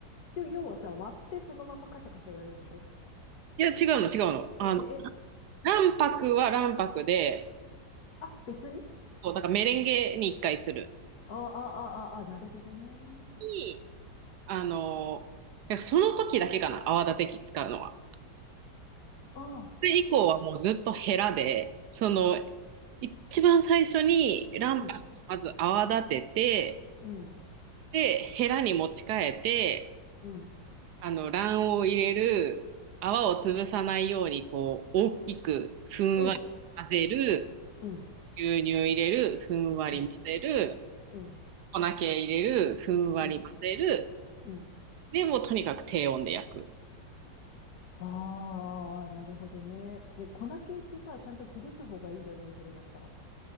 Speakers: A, on the left; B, on the right.
A: で要はさ、割ってそのままカシャカシャやるんでしょ
B: いや、違うの、違うの。あの、
A: え、え、え、
B: 卵白は卵白で、
A: あ、別に
B: そう、だからメレンゲに一回する。
A: ああ、ああ、ああ、なるほどね。
B: に、あのーだからその時だけかな、泡立て器使うのは。
A: ああ、
B: それ以降はもうずっとヘラで、その、一番最初に卵白をまず泡立てて、
A: うん、うん、
B: で、ヘラに持ち替えて、
A: うん、
B: あの、卵黄を入れる、泡を潰さないように、こう、大きくふんわり混ぜる、
A: うん、うん、
B: 牛乳入れる、ふんわり混ぜる、
A: うん、うん、
B: 粉系入れる、ふんわり混ぜる、
A: うん、うん。
B: で、もうとにかく低温で焼く。
A: ああ、なるほどね。で、粉系ってさ、ちゃんと振るった方がいいよね、それだったら。